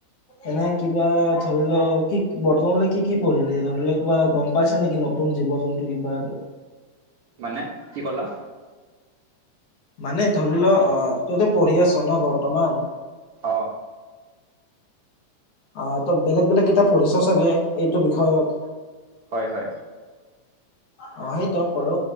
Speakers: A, on the left; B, on the right.
A: এনে কিবা ধৰি লওক কি বৰ্তমানলৈ কি কি পঢ়িলে ধৰি লওক কিবা গম পাইছা নেকি নতুন জীৱ জন্তু কিবা আৰু
B: মানে কি ক'লহ
A: মানে ধৰি লহ তইতো পঢ়ি আছ ন বৰ্তমান
B: অ
A: অ ত বেলেগ বেলেগ কিতাপ পঢ়িছ চাগে এইটো বিষয়ত
B: হয় হয়
A: অ সেইটো কলো